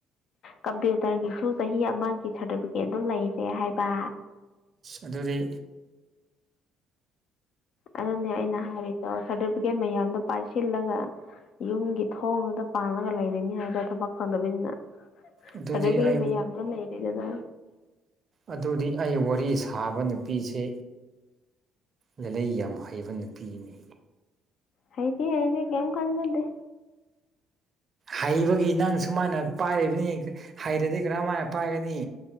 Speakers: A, on the left (about 65°); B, on the right (about 45°).
A: ꯀꯝꯄ꯭ꯌꯨꯇꯔꯒꯤꯁꯨ ꯆꯍꯤ ꯑꯃꯒꯤ ꯁꯥꯔꯇꯤꯐꯤꯀꯦꯠ ꯑꯗꯨꯝ ꯂꯩꯔꯦ ꯍꯥꯏꯕ
B: ꯑꯗꯨꯗꯤ
A: ꯑꯗꯨꯅꯦ ꯑꯩꯅ ꯍꯥꯏꯔꯤꯗꯣ ꯁꯥꯔꯇꯤꯐꯤꯀꯦꯠ ꯃꯌꯥꯝꯗꯣ ꯄꯥꯏꯁꯤꯜꯂꯒ ꯌꯨꯝꯒꯤ ꯊꯣꯡꯗꯨꯗ ꯄꯥꯜꯂꯒ ꯂꯩꯔꯅꯤ ꯍꯥꯏꯕꯗ ꯊꯕꯛ ꯐꯪꯗꯕꯅꯤꯅ
B: ꯑꯗꯨꯗꯤ
A: ꯆ ꯄ
B: ꯑꯩ
A: ꯃ ꯌꯥꯝꯗ ꯂꯩꯔꯗꯗ
B: ꯑꯗꯨꯗꯤ ꯑꯩ ꯋꯥꯔꯤ ꯁꯥꯕ ꯅꯨꯄꯤꯁꯤ ꯂꯂꯩ ꯌꯥꯝ ꯍꯩꯕ ꯅꯨꯄꯤꯅꯤ
A: ꯍꯩꯗꯤ ꯍꯗꯤ ꯀꯦꯝ ꯀꯥꯟꯕꯗꯦ
B: ꯍꯩꯕꯒꯤ ꯅꯪ ꯁꯨꯃꯥꯏꯅ ꯄꯥꯏꯔꯤꯕꯅꯤ ꯍꯩꯔꯗꯤ ꯀꯔꯃꯥꯏꯅ ꯄꯥꯏꯒꯅꯤ